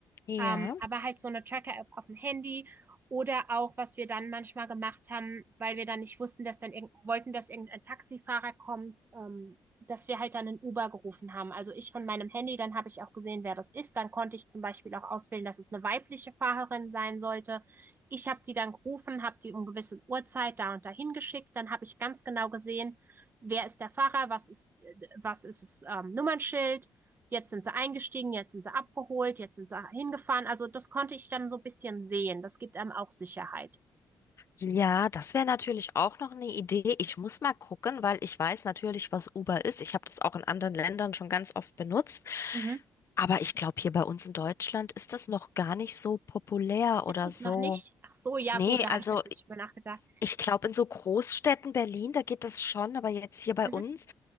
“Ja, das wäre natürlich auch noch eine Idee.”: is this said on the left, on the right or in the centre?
Left